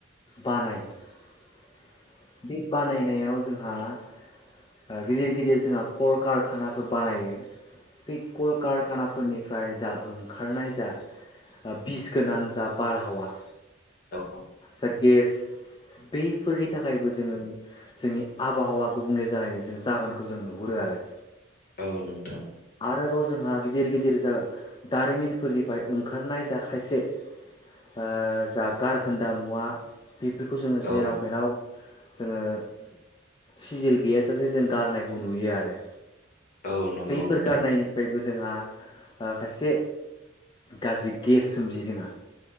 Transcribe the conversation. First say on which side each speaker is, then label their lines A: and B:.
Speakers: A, on the left; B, on the left.
A: बानायो। बि बानाय नायाव जोंहा ओ गिदिर गिदिर जोंहा कल कारखानाफोर बानायो। बे कल कारखानाफोरनिफ्राय जा ओंखारनाय जा ओ बिस गोनां जा बारहावा
B: औ।
A: जा गेस बेफोरनि थाखायबो जोङो जोंनि आबहावा गुबुंले जानायनि जों जाहोनखौ जों नुहुरो आरो।
B: औ नोंथां।
A: आरोबाव जोंहा गिदिर गिदिर जा दारिमिनफोरनिफ्राय ओंखारनाय जा खायसे ओ जा गारखोन्दा मुवा बेफोरखौ जोङो
B: औ
A: जे रावमेराव जोङो सिजेल गैयाजासे जों गारनायखौ नुयो आरो।
B: औ नंगौ।
A: फोर
B: नोंथां
A: गारनायनिफ्रायबो जोंहा ओ खायसे गाज्रि गेस सोमजियो जोंहा।